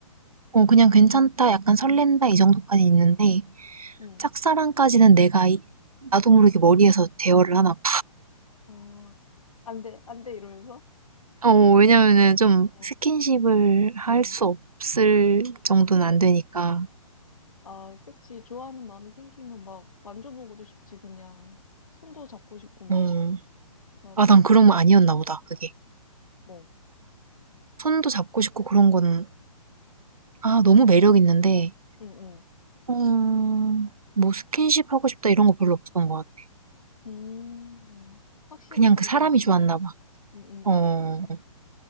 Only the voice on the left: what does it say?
응,
응.
어, 안 돼, 안 돼, 이러면서?
응,
응.
아, 그치. 좋아하는 마음이 생기면 막 만져보고도 싶지, 그냥. 손도 잡고 싶고, 막.
맞아.
뭐.
응,
응, 응.
음, 확실한
감정이
들어야?
음, 음,
음, 맞아.